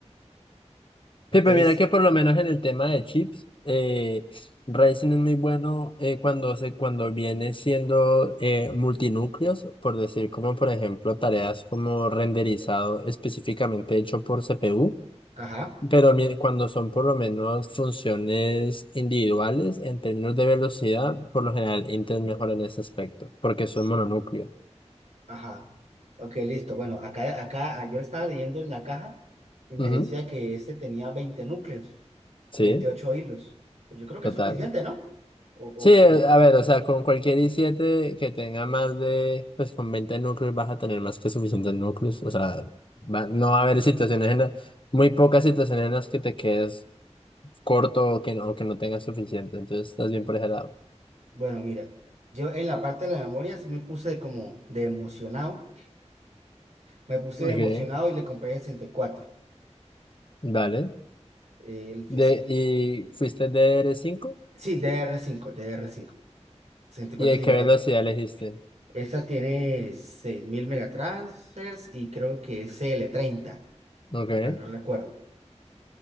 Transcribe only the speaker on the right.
Entonces,
ajá,
ajá. Ok, listo. Bueno, acá, acá yo estaba leyendo en la caja y me
decía que este tenía 20 núcleos
y 28 hilos. Pues yo creo que
es suficiente, ¿no? O,
o que,
bueno, mira, yo en la parte de la memoria sí me puse como de emocionado. Me puse
de emocionado y le compré el cuatro.
El,
fis-
sí, ddr cinco, ddr y cuatro
gigabytes.
Esa tiene 6.000 megatransfers y creo que es cl treinta
si mal no recuerdo.